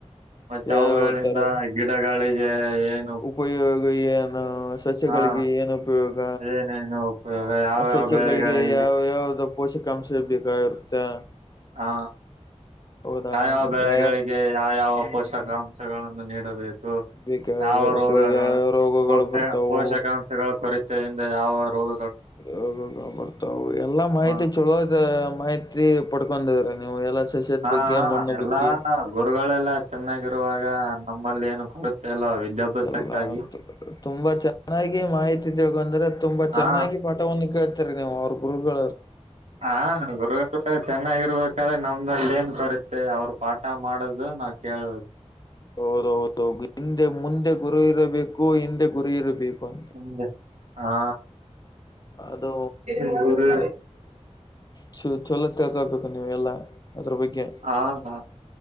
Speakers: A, on the right (about 75°); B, on the left (about 35°).
A: ಮತ್ತೆ
B: ಯಾವ
A: ಅವುಗಳಿಂದ
B: ತರ
A: ಗಿಡಗಳಿಗೆ ಏನ್
B: ಉಪಯೋಗ ಏನು ಸಸ್ಯಗಳಿಗೆ
A: ಹಾ
B: ಏನ ಉಪಯೋಗ?
A: ಏನೇನು ಉಪಯೋಗ ಯಾವ್ಯಾವ
B: ಮ ಸಸ್ಯಗಳಿಗೆ
A: ಬೆಳೆಗಳಲ್ಲಿ
B: ಯಾವ ಯಾವ್ದ ಪೋಷಕಾಂಶ ಬೇಕಾಗಿರುತ್ತೆ?
A: ಹಾ
B: ಹೌದಾ
A: ಯಾವ್ಯಾವ ಬೆಳೆಗಳಿಗೆ
B: ಯ
A: ಯಾವ ಯಾವ
B: ಹ್ಮ್
A: ಪೋಷಕ ಕಾಂಶಗಳನ್ನು ನೀಡಬೇಕು
B: ಬೇಕಾಗಿರ್ಬೇಕು
A: ಯಾವ ರೋಗಗಳು
B: ಯಾವ ರೋಗಗಳು
A: ಪೋಷ
B: ಬರ್ತಾವು
A: ಪೋಷಕಾಂಶಗಳು ಕೊರತ ಯಿಂದಾ ಯಾವ ರೋಗ
B: ಹೌದಾನ ಬರ್ತಾವ ಎಲ್ಲಾ ಮಾಹಿತಿ
A: ಹ
B: ಚಲೋದ ಮಾಹಿತಿ ತಿ ಪಡ್ಕೊಂಡಿದ್ರ ನೀವು ಎಲ್ಲ ಸಸ್ಯದ
A: ಹಾ
B: ಬಗ್ಗೆ ಮಣ್ಣು
A: ಎಲ್ಲಾ
B: ಬಗ್ಗೆ.
A: ಗುರುಗಳೆಲ್ಲ ಚೆನ್ನಾಗಿರುವಾಗ ನಮ್ಮಲ್ಲಿ ಏನು ಕೊರುತ್ತೆ ಅಲ್ಲ ವಿದ್ಯಾಭ್ಯಾಸಕ್ಕಾಗಿ.
B: ಎಲ್ಲ ತುಂಬಾ ಚೆನ್ನಾಗಿ ಮಾಹಿತಿ ತಿಳ್ಕಂದ್ರೆ ತುಂಬಾ ಚೆನ್ನಾಗಿ
A: ಹಾ
B: ಪಾಠವನ್ನು ಕೆಲ್ಟ್ ತ್ತೀರಿ ನೀವ್ ಅವ್ರ್ ಗುರುಗಳು
A: ಹ ಗುರು ಚೆನ್ನಾಗಿರ್ಬೇಕಾದ್ರೆ ನಮ್ದಲ್ಲಿ ಏನ್ ಕೊರತೆ ಅವರು ಪಾಠ ಮಾಡೋದು ನಾವ್ ಕೇಳ್
B: ಹೌದ ಹೌದು ಹಿಂದೆ ಮುಂದೆ ಗುರಿ ಇರಬೇಕು ಹಿಂದೆ ಗುರಿ ಇರಬೇಕು ಅಂತ
A: ಇ ಹಾ
B: ಅದು
A: ಗುರು
B: ಚ ಚಲೋ ತಿಳ್ಕೊಬೇಕು ನೀವು ಎಲ್ಲ ಅದ್ರ ಬಗ್ಗೆ.
A: ಹಾ ಹಾ